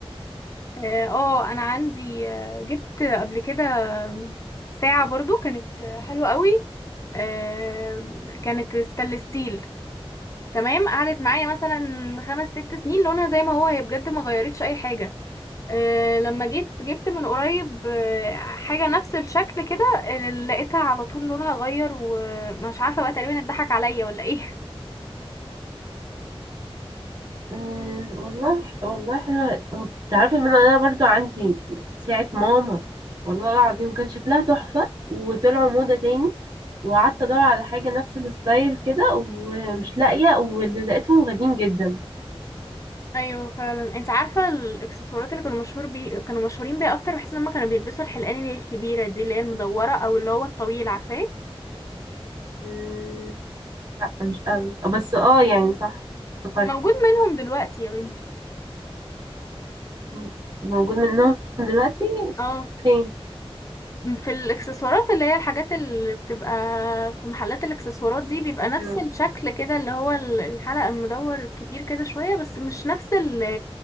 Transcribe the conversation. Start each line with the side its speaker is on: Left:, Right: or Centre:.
Left: اه آه، انا عندي آه، جبت قبل كده ساعه برضو كانت حلوه قوي آه، كانت ستانلس ستيل تمام قعدت معايا مثلا خمس ست سنين لونها زي ما هو هي بجد ما غيرتش اي حاجه آه، لما جيت جبت من قريب آه، حاجة نفس الشكل كده آه، لقيتها على طول لونها غير ومش عارفة بقى تقريبا اتضحك عليا ولا ايه
Right: أه والله والله حلوة هو تعرفي ان انا برضو عندي ساعة ماما والله العظيم كان شكلها تحفة وطلعوا موضة تاني وقعدت ادور على حاجة نفس الستايل كده ومش لاقية واللي لقيتهم غاليين جدا
Left: <laughs> ايوه فعلا انت عارفة الاكسسوارات اللي كانوا مشهور بي كانوا مشهورين بيها اكتر بحيث ان هم كانوا بيلبسوا الحلقان اللي هي الكبيرة دي اللي هي المدورة او اللي هو الطويل عارفاه
Right: أمم، لا مش قوي بس اه يعني صح افتكرت
Left: موجود منهم دلوقتي يا بنتي
Right: م- موجود منهم دلوقتي
Left: اه
Right: فين
Left: في الاكسسوارات اللي هي الحاجات اللي بتبقى في محلات الاكسسوارات دي بيبقى نفس
Right: أمم،
Left: الشكل كده اللي هو ال- الحلقة المدور كبير كده شوية بس مش نفس ال